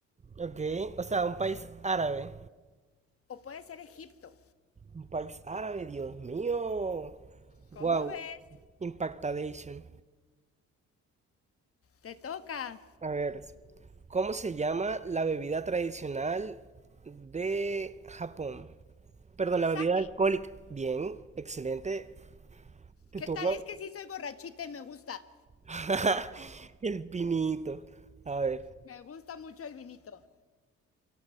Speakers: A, on the right; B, on the left.
A: ok. O sea, un país árabe.
B: o puede ser Egipto.
A: Un país árabe, Dios mío.
B: ¿Cómo
A: Wow,
B: ves?
A: Impactadation.
B: Te toca.
A: A ver, ¿cómo se llama la bebida tradicional de Japón? Perdón, la bebida
B: Saque.
A: alcohólica. Bien, excelente. Tu
B: ¿Qué
A: turno.
B: tal? Es que sí soy borrachita y me gusta.
A: <laughs> El pinito. A ver,
B: Me gusta mucho el vinito.